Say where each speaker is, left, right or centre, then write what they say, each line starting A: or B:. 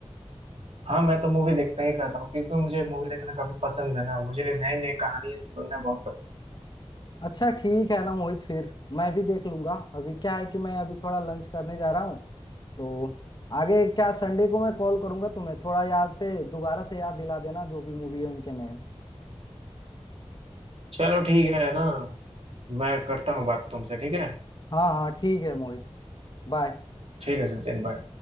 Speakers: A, on the right; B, on the left.
A: हाँ मैं तो मूवी देखता ही रहता हूँ क्योंकि मुझे मूवी देखना काफी पसंद है ना मुझे नई नई कहानी सुनना बहुत पसंद है।
B: अच्छा ठीक है ना मोहित फिर मैं भी देख लूंगा अभी क्या है कि मैं अभी थोड़ा लंच करने जा रहा हूँ तो आगे क्या संडे को मैं कॉल करूंगा तुम्हें थोड़ा याद से दोबारा से याद दिला देना जो भी मूवी है उनके नेम
A: चलो ठीक है ना मैं करता हूँ बात तुमसे ठीक है
B: हाँ हाँ ठीक है मोहित बाय
A: ठीक है सचिन बाय